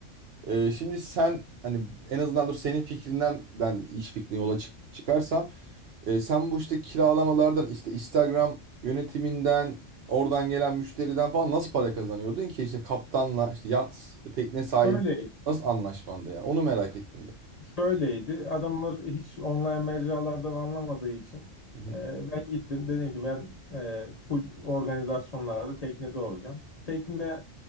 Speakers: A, on the right (about 60°); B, on the left (about 40°).
A: ee, şimdi sen hani en azından dur senin fikrinden ben iş fikrine yola çık çıkarsam ee, sen bu işte kiralamalardan işte Instagram yönetiminden oradan gelen müşteriden falan nasıl para kazanıyordun ki işte kaptanla işte yat tekne sahibi
B: Öyle.
A: nasıl anlaşmanda ya onu merak ettim ben.
B: Şöyleydi. Adamlar hiç online mecralardan anlamadığı için
A: Hı
B: e, ben gittim. Dedim ki ben e, full organizasyonlarda teknede olacağım. Tekne